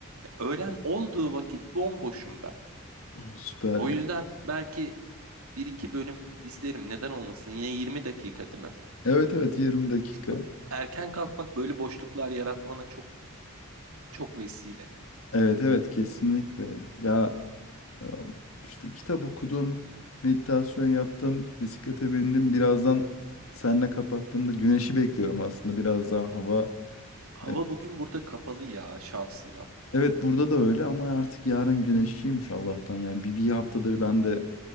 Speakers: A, on the right; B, on the left.
A: Öğlen olduğu vakit bomboşum ben.
B: Oh, süper
A: O
B: ya.
A: yüzden belki bir iki bölüm izlerim. Neden olmasın? Yine 20 dakika değil mi?
B: Evet evet 20 dakika.
A: İşte bak erken kalkmak böyle boşluklar yaratmana çok çok vesile.
B: Evet evet kesinlikle. Ya Ee, İşte kitap okudum, meditasyon yaptım, bisiklete bindim. Birazdan seninle kapattığımda güneşi bekliyorum aslında biraz daha hava.
A: Hava
B: e,
A: bugün burada kapalı ya şansıma.
B: Evet burada da öyle ama artık yarın güneşliymiş Allah'tan. Yani bir, bir haftadır ben de